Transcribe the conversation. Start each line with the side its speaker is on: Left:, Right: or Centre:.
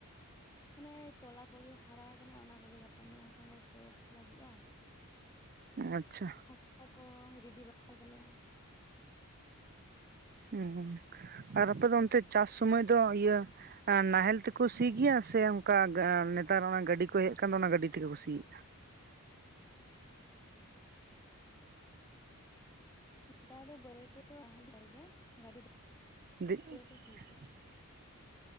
Left: ᱢᱟᱱᱮ ᱛᱚᱞᱟ ᱠᱚᱜᱮ ᱦᱟᱨᱟ ᱟᱠᱟᱱᱟ ᱚᱱᱟ ᱠᱚᱜᱮ ᱜᱟᱯᱟ ᱢᱮᱭᱟᱝ ᱠᱷᱚᱱᱞ ᱞᱮ ᱛᱳᱫ ᱞᱟᱹᱜᱤᱫᱼᱟ᱾
Right: ᱟᱪᱪᱷᱟ᱾
Left: ᱦᱟᱥᱟ ᱠᱚ ᱨᱮᱰᱤ ᱵᱟᱲᱟᱭ ᱫᱟᱞᱮ᱾
Right: ᱦᱩᱸ ᱟᱨ ᱟᱯᱮ ᱫᱚ ᱚᱱᱛᱮ ᱪᱟᱥ ᱥᱩᱢᱟᱹᱭ ᱫᱚ ᱤᱭᱟᱹ ᱱᱟᱦᱮᱞ ᱛᱮᱠᱚ ᱥᱤ ᱜᱮᱭᱟ ᱥᱮ ᱚᱱᱠᱟ ᱱᱮᱛᱟᱨ ᱚᱱᱟ ᱜᱟᱹᱰᱤ ᱠᱚ ᱦᱮᱡ ᱟᱠᱟᱱ ᱫᱚ ᱚᱱᱟ ᱜᱟᱹᱰᱤ ᱛᱮᱜᱮ ᱠᱚ ᱥᱤᱭᱮᱫᱼᱟ?
Left: <unintelligible>
Right: <unintelligible>
Left: ᱛᱮᱜᱮ ᱠᱚ ᱥᱤ ᱦᱚᱪᱚᱭᱟ